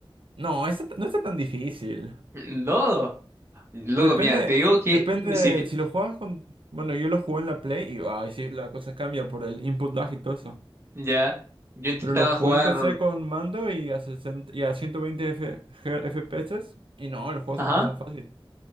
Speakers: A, on the right; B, on the right.
A: No, este no está tan difícil.
B: No, loco,
A: Depende,
B: mira, te digo que
A: depende,
B: ni siquiera.
A: si lo juegas con... Bueno, yo lo jugué en la Play y ay, sí, la cosa cambia por el input lag y todo eso.
B: Ya, yo intentaba
A: Pero lo jugué
B: jugar.
A: empecé con mando y a, 60 y a 120 F- G- FPS. Y no, el juego
B: Ajá.
A: se pasa fácil.